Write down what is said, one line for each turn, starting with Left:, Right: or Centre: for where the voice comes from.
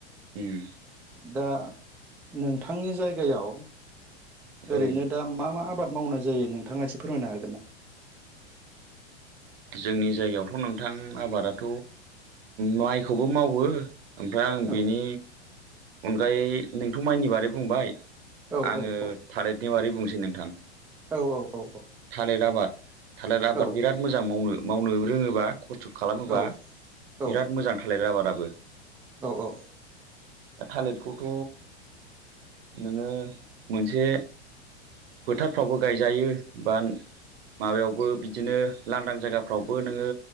Right: उम
Centre: दा नोंथांनि जायगायाव ओरैनो
Right: औ
Centre: दा मा मा आबाद मावनाय जायो नोंथाङा एसे फोरमायनो हागोन ना
Right: जोंनि जायगायावथ' नोंथां आबादाथ' माइखौबो मावो ओमफ्राय आं बेनि
Centre: औ
Right: अनगायै नोंथ' माइनि बारै बुंबाय
Centre: औ
Right: आङो
Centre: औ औ
Right: थालिरनि बारै बुंनोसै नोंथां
Centre: औ औ
Right: थालिर आबाद थालिर आबाद
Centre: औ
Right: बिराद मोजां मावनो मावनो रोङोबा खस्थ' खालामोबा
Centre: औ औ
Right: बिराद मोजां थालिर आबादाबो
Centre: औ औ
Right: दा थालिरखौथ' नोङो मोनसे फोथारफ्रावबो गायजायो बा माबायाव आवबो बिदिनो लांदां जायगाफ्रावबो नोङो